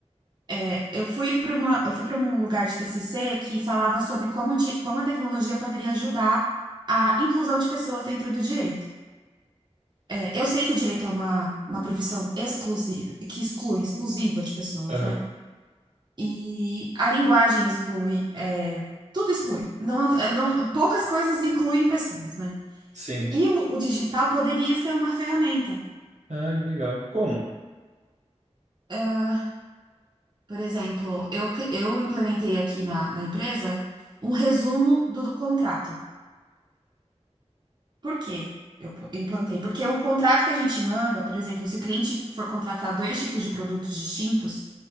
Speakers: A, on the right; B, on the right.
A: É, eu fui para uma, eu fui para um lugar de TCC que falava sobre como, de, como a tecnologia poderia ajudar a inclusão de pessoas dentro do direito. É, eu sei que o direito é uma, uma profissão exclusiva, que exclui, exclusiva de pessoas,
B: Aham.
A: né? E a linguagem exclui, é, tudo exclui. Não, é, não- poucas coisas incluem pessoas, né?
B: Sim.
A: E o, o digital poderia ser uma ferramenta.
B: Ah, que legal. Como?
A: Ah, por exemplo, eu, eu implementei aqui na, na empresa um resumo do do contrato. Por quê? Eu po- implantei. Porque o contrato que a gente manda, por exemplo, se o cliente for contratar dois tipos de produtos distintos,